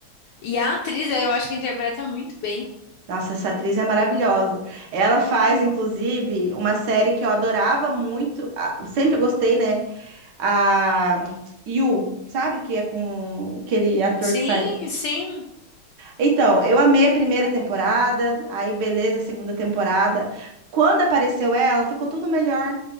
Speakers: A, on the left (about 70°); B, on the right (about 65°).
A: E a atriz, eu acho que interpreta muito bem.
B: Nossa, essa atriz é maravilhosa. Ela faz, inclusive, uma série que eu adorava muito, a- eu sempre gostei, né? A You, sabe? Que é com aquele ator
A: Sim,
B: que faz.
A: sim.
B: Então, eu amei a primeira temporada, aí beleza, a segunda temporada. Quando apareceu ela, ficou tudo melhor.